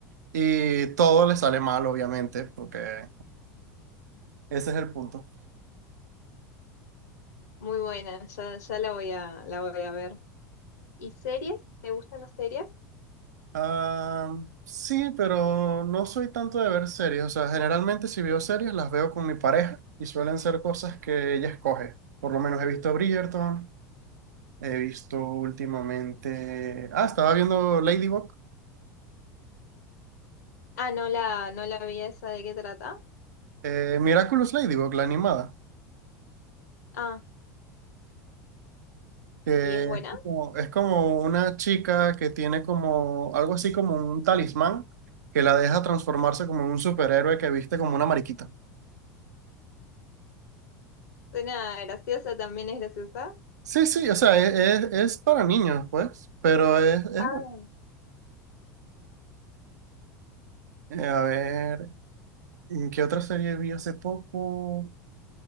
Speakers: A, on the right; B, on the left.
A: y todo les sale mal, obviamente, porque ese es el punto.
B: Muy buena, ya, ya la voy a, la voy a ver. ¿Y series? ¿Te gustan las series?
A: Ah, sí, pero no soy tanto de ver series. O sea, generalmente si veo series las veo con mi pareja y suelen ser cosas que ella escoge. Por lo menos he visto Bridgerton, he visto últimamente... Ah, estaba viendo Ladybug,
B: Ah, no la, no la vi esa de qué trata.
A: eh, Miraculous Ladybug, la animada,
B: Ah,
A: que
B: ¿y es buena?
A: es como, es como una chica que tiene como algo así como un talismán que la deja transformarse como en un superhéroe que viste como una mariquita.
B: Suena graciosa, también es graciosa.
A: Sí, sí, o sea, es, es- es para niños, pues, pero es, es
B: Ah,
A: Eh, a ver, ¿en qué otra serie vi hace poco?